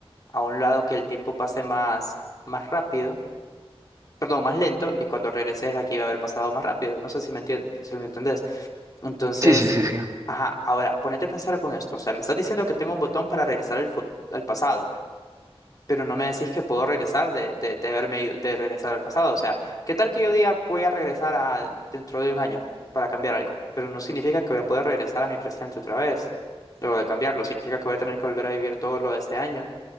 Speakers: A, on the left (about 35°); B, on the right (about 35°).
A: a un lado que el tiempo pase más, más rápido, perdón, más lento, y cuando regreses aquí va a haber pasado más rápido. No sé si me entiendes, si me entendés. Entonces,
B: Sí, sí, sí, sí.
A: ajá, ahora, ponete a pensar con esto. O sea, me estás diciendo que tengo un botón para regresar al, fu- al pasado pero no me decís que puedo regresar de, de, de haberme ido- de regresar al pasado. O sea, ¿qué tal que yo diga voy a regresar a dentro de un año para cambiar algo? Pero no significa que voy a poder regresar a mi presente otra vez, luego de cambiarlo. Significa que voy a tener que volver a vivir todo lo de ese año.